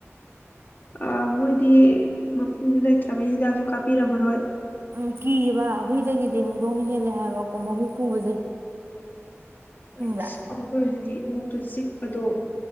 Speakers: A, on the left (about 40°); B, on the right (about 55°).
A: ꯑ ꯃꯣꯏꯗꯤ ꯃꯄꯨꯖꯨ ꯂꯩꯇ꯭ꯔꯃꯤꯅ ꯍꯤꯗꯥꯛꯁꯨ ꯀꯥꯞꯄꯤꯔꯝꯃꯔꯣꯏ
B: ꯎꯝ ꯀꯤꯌꯦꯕ ꯍꯨꯏꯗꯒꯤꯗꯤ ꯍꯪꯗꯣꯡꯅ ꯍꯦꯜꯂꯦ ꯍꯥꯏꯕꯀꯣ ꯃꯍꯨ ꯄꯨꯕꯁꯦ
A: ꯍꯣꯏ
B: ꯈꯪꯕ꯭ꯔꯥ
A: ꯑꯗꯣ ꯑꯩꯈꯣꯏ ꯍꯧꯖꯤꯛꯀꯤ ꯏꯃꯣꯛꯇꯣ ꯆꯤꯛꯄꯗꯣ